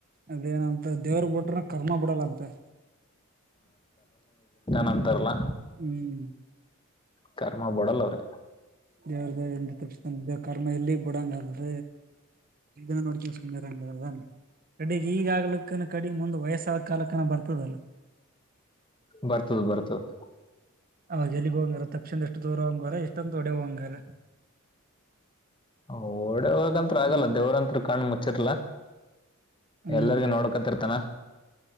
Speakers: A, on the right (about 40°); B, on the left (about 25°).
A: ಅದೇನಂತ ದೇವ್ರ ಬಿಟ್ರ ಕರ್ಮ ಬಿಡಲ್ಲ ಅಂತೆ
B: ನಂತರಲ್ಲ
A: ಹ್ಮ್
B: ಕರ್ಮ ಬಡಲ್ಲ ಅವರ್ಗ್
A: ದೇವರ ದಯೆಯಿಂದ ತಪ್ಪಿಸಬೇಕು ಕರ್ಮ ಎಲ್ಲಿಗ್ ಬಿಡಂಗ ಅದ <unintelligible> ನೋಡ್ಕಂಗ ಸುಂದರಂಗದ ಕಡೆಗ್ ಈಗ ಆಗ್ಲಕ್ಕನ ಕಡೆ ಮುಂದ್ ವಯಸ್ಸಾದ ಕಾಲಕ್ಕನ ಬರ್ತದಲ್ಲ.
B: ಬರ್ತದ್ ಬರ್ತದ್
A: ಅವಾಗ ಎಲ್ಲಿಗ್ ಹೋಗಂಗಾರ ತಪ್ಸಿಂದ ಎಷ್ಟು ದೂರ ಹಂಗಾರ ಎಷ್ಟೊಂದ ತೊಡೆ ಹಂಗಾರೆ.
B: ಓಡೆ ಹೋಗಂ ಆಗಲ್ಲ ದೇವ್ರಂತ್ರಿ ಕಣ ಮುಚ್ಚಿರ್ಲಾ.
A: ಹ್ಮ್
B: ಎಲ್ಲರಿಗೂ ನೋಡ್ಕತಿರ್ತಾನ